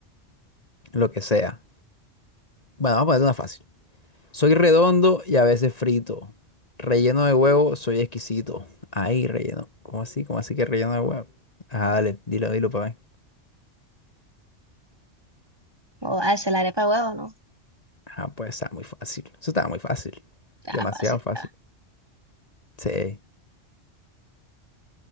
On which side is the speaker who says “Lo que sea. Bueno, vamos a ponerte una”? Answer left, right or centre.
Left